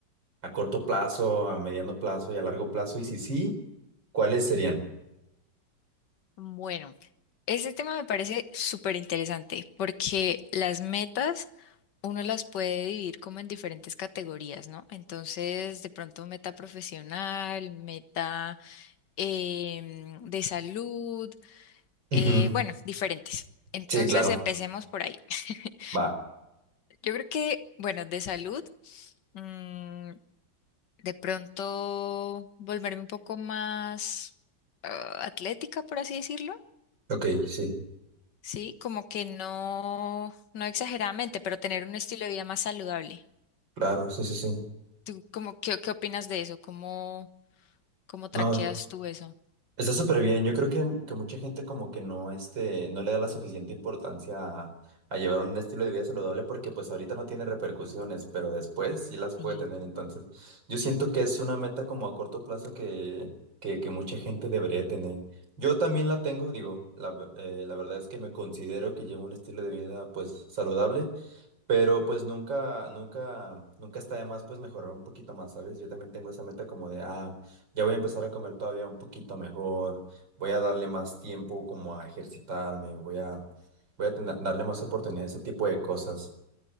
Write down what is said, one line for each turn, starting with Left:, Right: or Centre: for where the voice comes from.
Right: a corto plazo, a mediano plazo y a largo plazo? Y si sí, ¿cuáles serían?
Left: Bueno, este tema me parece súper interesante porque las metas uno las puede dividir como en diferentes categorías, ¿no? Entonces, de pronto meta profesional, meta em, de salud, eh,
Right: Ujú.
Left: bueno, diferentes. Entonces,
Right: Sí, claro.
Left: empecemos por ahí. <laughs>
Right: Va.
Left: Yo creo que, bueno, de salud. mm, de pronto volverme un poco más ah, atlética, por así decirlo.
Right: Ok, sí,
Left: Sí, como que no, no exageradamente, pero tener un estilo de vida más saludable.
Right: claro, sí, sí, sí.
Left: ¿Tú cómo, qué, qué opinas de eso? ¿Cómo, cómo traqueas
Right: No.
Left: tú eso?
Right: Está súper bien. Yo creo que, que mucha gente como que no, este, no le da la suficiente importancia a, a llevar un estilo de vida saludable porque pues ahorita no tiene repercusiones, pero después sí las puede
Left: Sí.
Right: tener. Entonces, yo siento que es una meta como a corto plazo que, que, que mucha gente debería tener. Yo también la tengo, digo, la, ve- eh, la verdad es que me considero que llevo un estilo de vida pues saludable. Pero pues nunca, nunca, nunca está de más pues mejorar un poquito más, ¿sabes? Yo también tengo esa meta como de, ah, ya voy a empezar a comer todavía un poquito mejor, voy a darle más tiempo como a ejercitarme, voy a, voy a tener- darle más oportunidad a ese tipo de cosas.